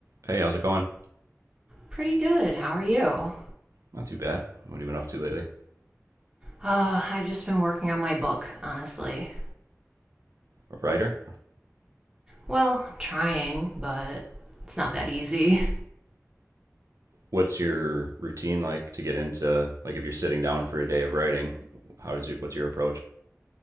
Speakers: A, on the right; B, on the right.
A: Hey, how's it going?
B: Pretty good. How are you?
A: Not too bad. What have you been up to lately?
B: Uh, I've just been working on my book, honestly.
A: A writer?
B: Well, I'm trying, but it's not that easy.
A: What's your routine like to get into like if you're sitting down for a day of writing, how does you? what's your approach?